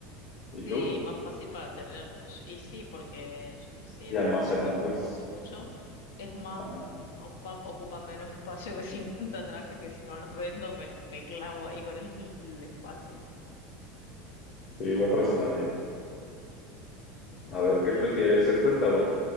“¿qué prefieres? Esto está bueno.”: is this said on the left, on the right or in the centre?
Left